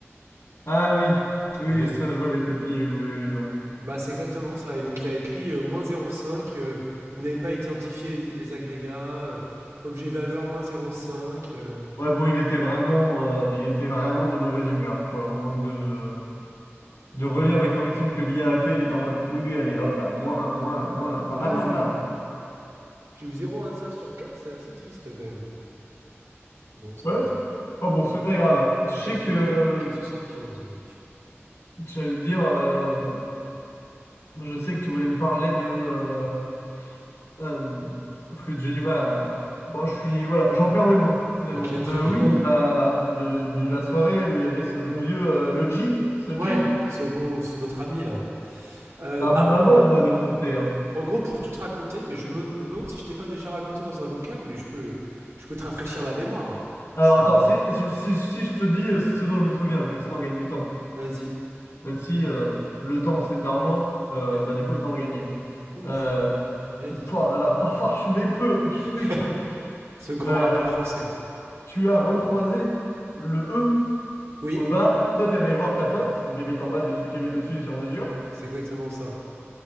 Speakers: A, on the left; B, on the right.
A: Ah oui. Oui,
B: Et donc,
A: oui, ça, je vois les copies. Oui, oui, je vois.
B: bah, c'est exactement ça. Et donc, il y a écrit euh, moins 0,5, euh, vous n'avez pas identifié les, les agrégats, euh, objet valeur moins 0,5. euh.
A: Ouais, bon, il était vraiment, euh, il était vraiment de mauvaise humeur, quoi. Au moment de, de relire
B: Ah,
A: les corrections que l'IA a a fait, il était en mode, oui, oui, allez, hop là, moins, moins, moins, bam,
B: ouais,
A: bam, bam.
B: J'ai eu 0,25 sur 4, c'est assez triste quand même. Bon, c'est
A: Bref.
B: pas.
A: Oh bon, c'est pas grave. hein. Je
B: Donc
A: sais
B: ça fait
A: que,
B: 4,75. euh,
A: j'allais te dire, euh, je sais que tu voulais me parler de, euh, Euh, flûte, j'ai du mal à. Bon, je suis. Voilà, j'en perds mes mots, finalement.
B: ok. Ok,
A: De,
B: très bien.
A: oui,
B: <laughs>
A: de la, de, de la soirée où il y avait ce bon vieux, euh, le G, ce
B: Ouais,
A: G.
B: c'est bon, c'est notre ami là. Euh,
A: Bah,
B: bah,
A: mon maman, moi, de mon côté. hein.
B: en gros, pour tout te raconter, mais je me, je me demande si je t'ai pas déjà raconté dans un vocal, mais je peux, je peux te rafraîchir la mémoire.
A: Alors,
B: Si.
A: attends, si, si, si si je te dis euh, ce dont je me souviens, comme ça, on gagne du temps.
B: Vas-y.
A: Même si euh, le temps, c'est de l'argent, euh,
B: Bien.
A: bah, du coup, autant en gagner.
B: Ouf,
A: Euh,
B: bien dit ça.
A: oh là là, <laughs> parfois, je suis né que feu, je suis né
B: <laughs>
A: que feu.
B: Ce grand
A: Euh,
B: rappeur français.
A: tu as recroisé le E
B: Oui,
A: au bar. Toi, t'es allé voir ta pote, donc, qui habite en bas du, qui habite au-dessus du sur-mesure.
B: c'est exactement ça.